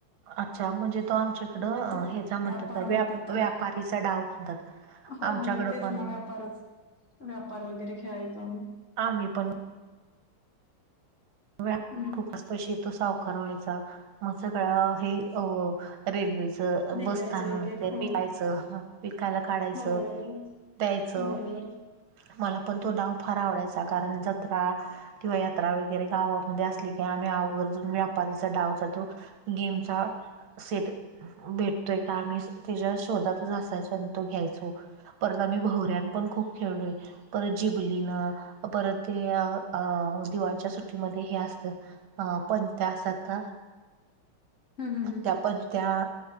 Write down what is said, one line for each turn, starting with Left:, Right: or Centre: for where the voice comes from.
Right: अच्छा म्हणजे तो आमच्याकडं
Left: म्हणजे तो
Right: हचा म्हणतात
Left: व्यापार
Right: व
Left: त्याला
Right: व्यापारीचा डाव म्हणतात
Left: हो
Right: आमच्याकडं
Left: हो मग तेच
Right: पण
Left: ना व्यापारच व्यापार वगैरे खेळायचो आम्ही
Right: आ मी पण व
Left: हम्
Right: शी तो सावकार व्हायचा मग सगळा हे अ रेल्वेचं
Left: विकायचे
Right: बसस्थानक
Left: एक एक हो
Right: विकायचं विकायला काढायचं
Left: हो बरोबर
Right: द्यायचं
Left: बरोबर
Right: मला पण तो डाव फार आवडायचा कारण जत्रा किंवा यात्रा वगै वगैरे गावामध्ये असली कि आम्ही आरून व्यापारीचा डावचा तो गेमचा सेट भेटतोय का आम्ही त्याच्या शोधातच असायचो आणि तो घ्यायचो परत आम्ही भवऱ्यांन पण खूप खेळलोय परत जिबली न परत ते अ दिवाळीच्या सुट असत पंथ असत
Left: हम्म हम्म हम्म.
Right: त्या पं त्या